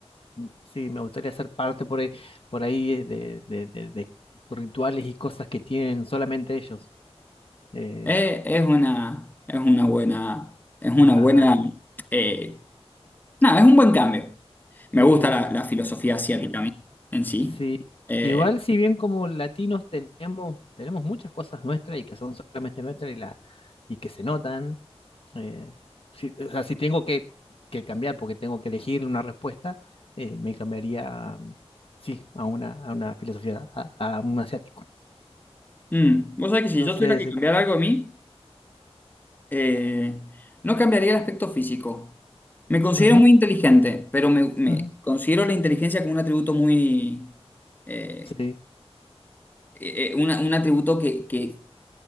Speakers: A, on the left; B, on the left.
A: m- sí, me gustaría ser parte por ahí, por ahí de, de- de- de rituales y cosas que tienen solamente ellos. Eh,
B: Eh, es una, es una buena, es una
A: ajá,
B: buena eh, Nada, es un buen cambio. Me
A: sí,
B: gusta
A: sí.
B: la, la filosofía asiática a mí en sí.
A: Sí,
B: Eh,
A: igual si bien como latinos tenemos, tenemos muchas cosas nuestras y que son solamente nuestras y, la, y que se notan, eh, si- o sea, si tengo que, que cambiar porque tengo que elegir una respuesta, eh, me cambiaría, mm, sí, a una, a una filosofía, a, a un asiático.
B: mm, vos sabés que si
A: No
B: yo
A: sé
B: tuviera que
A: si...
B: cambiar algo de mí, eh, no cambiaría el aspecto físico. Me considero
A: Ujú,
B: muy inteligente, pero me, me
A: ujú,
B: considero la inteligencia como un atributo muy... eh,
A: sí,
B: eh, eh, una- un atributo que, que